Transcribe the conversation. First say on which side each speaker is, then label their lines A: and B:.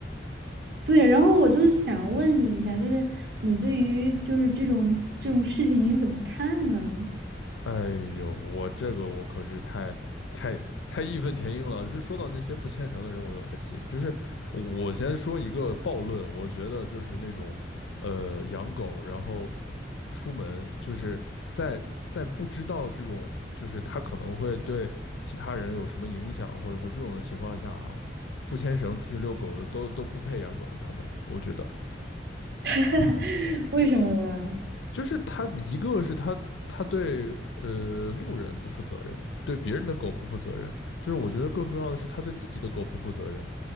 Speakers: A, on the right (about 60°); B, on the left (about 80°).
A: 对，然后我就是想问你一下，就是你对于就是这种这种事情你怎么看呢？
B: 哎呦，我这个我可是太太太义愤填膺了，就说到那些不牵绳的人我就来气，就是我先说一个暴论，我觉得就是那种呃养狗，然后出门，就是在在不知道这种，就是他可能会对其他人有什么影响，或者说这种的情况下啊，不牵绳出去遛狗的都都不配养狗。他们，我觉得
A: <laughs> 为什么呢？
B: 就是他一个是他他对呃路人不负责任，对别人的狗不负责任，就是我觉得更重要的是他对自己的狗不负责任。